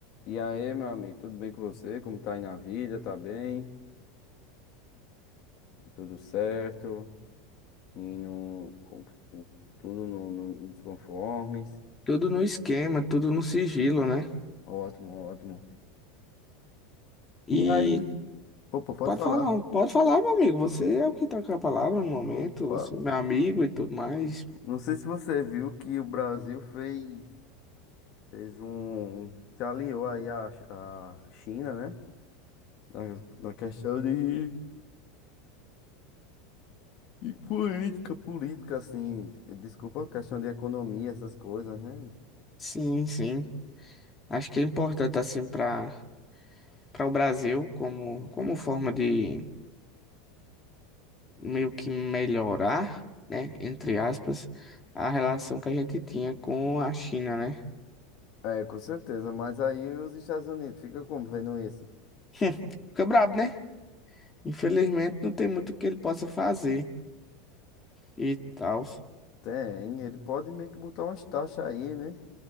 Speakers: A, on the left; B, on the left.
A: E aí, meu amigo, tudo bem com você? Como tá aí na vida? Tá bem? Tudo certo? E no, com- com- tudo no- no- nos conformes?
B: Tudo no esquema, tudo no sigilo, né?
A: Ótimo, ótimo.
B: E
A: E aí, Opa, pode
B: pode
A: falar.
B: falar, pode falar, meu amigo. Você é o que tá com a palavra no momento,
A: opa,
B: você é meu amigo e tudo mais.
A: não sei se você viu que o Brasil fez, fez um, se aliou aí à, Chi- à China, né? Na, na questão de, de política, política, assim, desculpa, questão de economia, essas coisas, né?
B: Sim, sim. Acho que é importante assim para para o Brasil como como forma de meio que melhorar, né, entre aspas, a relação que a gente tinha com a China, né?
A: É, com certeza, mas aí os Estados Unidos fica como vendo isso?
B: <laughs> Fica brabo, né? Infelizmente não tem muito que ele possa fazer e tal.
A: Tem, ele pode meio que botar umas taxas aí, né?